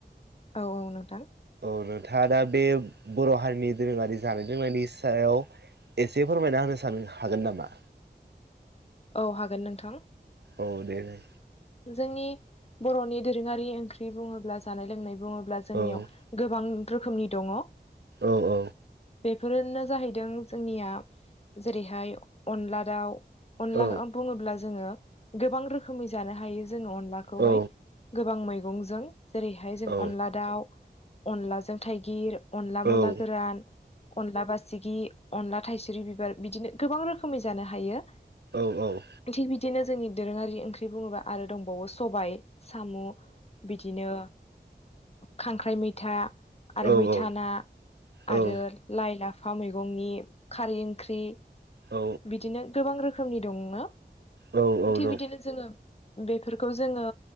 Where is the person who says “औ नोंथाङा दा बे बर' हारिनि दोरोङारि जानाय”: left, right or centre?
Right